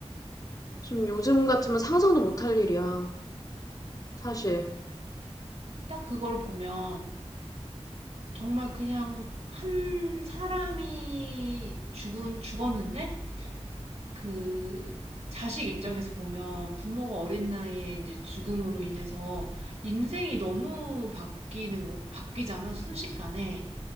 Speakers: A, on the left; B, on the right.
A: 지금 요즘 같으면 상상도 못할 일이야. 사실.
B: 딱 그걸 보면 정말 그냥 한 사람이 죽은, 죽었는데 그 자식 입장에서 보면 부모가 어린 나이에 이제 죽음으로 인해서 인생이 너무 바뀌는, 거- 바뀌잖아. 순식간에.